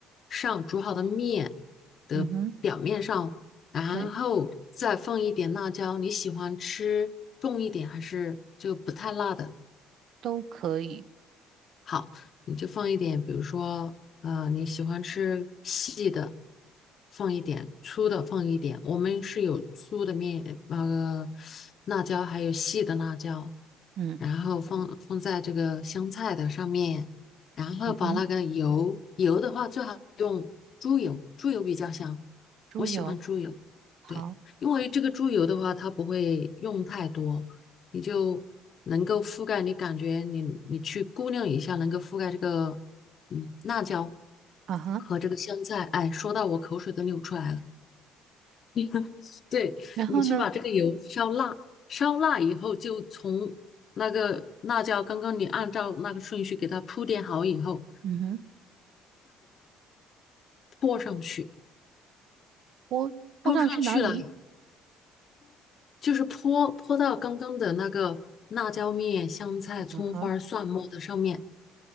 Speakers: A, on the left (about 50°); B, on the right (about 65°).
A: 上，煮好的面的表面上，
B: 嗯哼，
A: 然后再放一点辣椒。
B: 对，
A: 你喜欢吃重一点还是就不太辣的？
B: 都可以，
A: 好，你就放一点，比如说，呃，你喜欢吃细的，放一点；粗的放一点。我们是有粗的面，那个辣椒，还有细的辣椒，
B: 嗯
A: 然后放放在这个香菜的上面，然后把那个油，
B: 嗯哼，
A: 油的话最好用猪油，猪油比较香，
B: 猪油，
A: 我喜欢猪油，
B: 好
A: 对，因为这个猪油的话，它不会用太多。你就能够覆盖，你感觉你你去估量一下，能够覆盖这个嗯辣椒
B: 啊哈，
A: 和这个香菜。哎，说到我口水都流出来了。<laughs> 对，
B: 然后呢，
A: 你去把这个油烧辣，烧辣以后就从那个辣椒，刚刚你按照那个顺序给它铺垫好以后，
B: 嗯哼，
A: 泼上去，
B: 泼泼上去哪里？
A: 泼上去了就是泼泼到刚刚的那个辣椒面、香菜、葱花、
B: 啊哈，
A: 蒜末的上面，